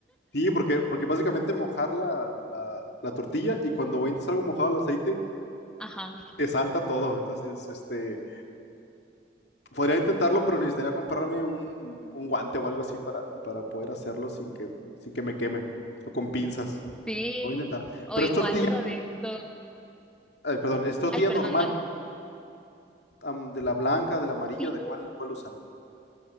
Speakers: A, on the left; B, in the centre.
A: Sí, porque, porque básicamente mojar la, la- la tortilla y cuando avientas algo mojado al aceite,
B: Ajá.
A: te salta todo. Entonces, este... Podría intentarlo, pero necesitaría comprarme un, un guante o algo así para, para poder hacerlo sin que, sin que me queme. O con pinzas.
B: Sí.
A: Lo voy a intentar.
B: O
A: Pero
B: igual
A: es tortilla,
B: uno de estos.
A: ay, perdón, es tortilla
B: Ay,
A: normal.
B: perdón, mande.
A: am, de la blanca, del amarillo,
B: Sí,
A: ¿de cuál, cuál usan?